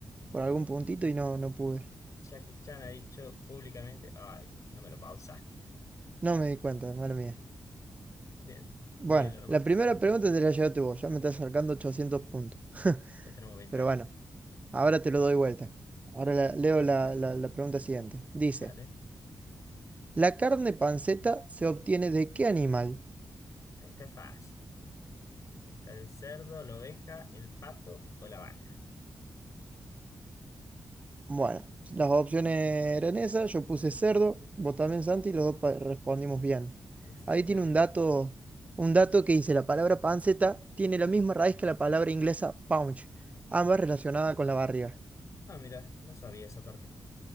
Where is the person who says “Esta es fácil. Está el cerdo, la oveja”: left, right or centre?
Left